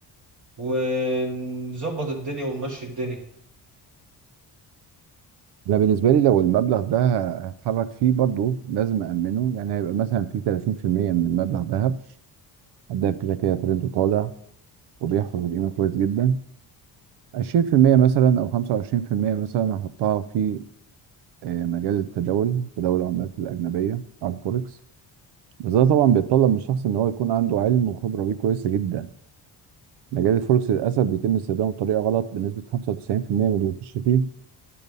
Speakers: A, on the right; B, on the right.
A: ونظبط الدنيا ونمشي الدنيا
B: انا بالنسبه لي لو المبلغ ده هتحرك فيه برضو لازم امنه يعني هيبقى مثلا في 30% من المبلغ ذهب ده كده كده ترند طالع وبيحفظ القيمه كويس جدا 20% مثلا او 25% مثلا هحطها في آه، مجال التداول تداول العملات الاجنبيه على الفوركس بس ده طبعا بيتطلب من الشخص ان هو يكون عنده علم وخبره بيه كويسه جدا مجال الفوركس للاسف بيتم استخدامه بطريقه غلط بنسبه 95% من اللي بيخش فيه